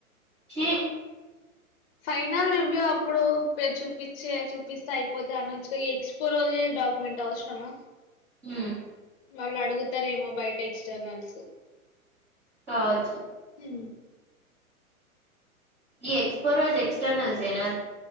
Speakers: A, in the centre; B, on the left.
A: చె
B: నో సౌండ్ ఫైనల్ రివ్యూ అప్పుడు చూపించే చూపిస్తే అయిపోతే అనచ్చు ఎక్స్పో రోజే డాక్యుమెంట్ ఏంట అవసరమా
A: ఉ
B: వాళ్ళు అడుగుతారేమో బయట ఎక్స్టర్నల్స్
A: కవచ్చ
B: ఉ
A: ఈ ఎక్స్పో రోజ్ ఎక్స్టర్నల్స్ ఏనా